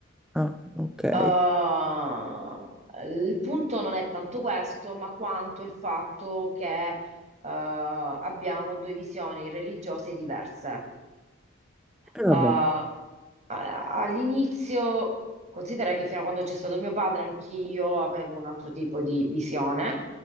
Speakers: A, in the centre; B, on the right (about 35°).
A: Ah, ok. E
B: Uh, il punto non è tanto questo, ma quanto il fatto che uh, abbiamo due visioni religiose diverse.
A: vabbè.
B: Uh, a- all'inizio, considera che fino a quando c'è stato mio padre, anch'io avevo un altro tipo di visione,